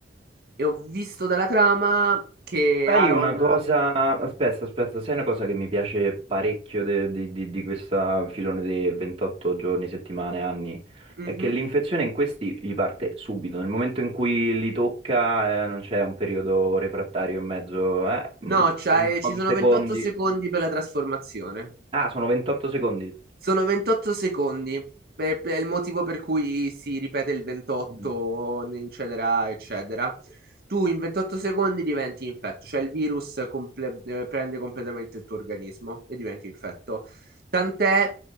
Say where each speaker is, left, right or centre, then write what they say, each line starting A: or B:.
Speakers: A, on the right (about 55°); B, on the right (about 30°).
A: E ho visto dalla trama che
B: Sai
A: Aaron...
B: una cosa, aspetta, aspetta, sai una cosa che mi piace parecchio de- di, di, di questa filone dei 28 giorni, settimane, anni?
A: Mhm.
B: È che l'infezione in questi gli parte subito, nel momento in cui li tocca, eh, non c'è un periodo refrattario in mezzo, eh?
A: No,
B: mm,
A: c'è-
B: in pochi
A: ci sono
B: secondi.
A: 28 secondi per la trasformazione.
B: Ah, sono 28 secondi.
A: Sono 28 secondi. Beh, è il motivo per cui si ripete il 28,
B: Mm,
A: eccetera, eccetera. Tu in 28 secondi diventi infetto, cioè il virus comple- eh, prende completamente il tuo organismo e diventi infetto. Tant'è